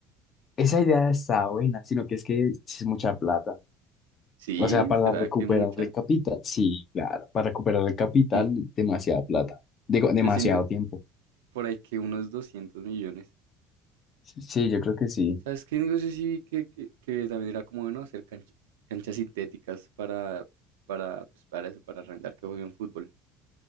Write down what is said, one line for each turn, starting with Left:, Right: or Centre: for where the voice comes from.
Left: Esa idea está buena, sino que es que sí es mucha plata.
Right: Sí,
Left: O sea, para
Right: ¿será
Left: recuperar
Right: que mucha?
Left: el capital, sí, claro, para recuperar el capital,
Right: Mm,
Left: demasiada plata, digo, demasiado
Right: Pues siento
Left: tiempo.
Right: por ahí que unos 200 millones.
Left: Sí, yo creo que sí,
Right: ¿Sabes qué negocio sí vi que, que, que también era como bueno hacer cancha- canchas sintéticas para, para, pues para eso, para arrendar que jueguen fútbol?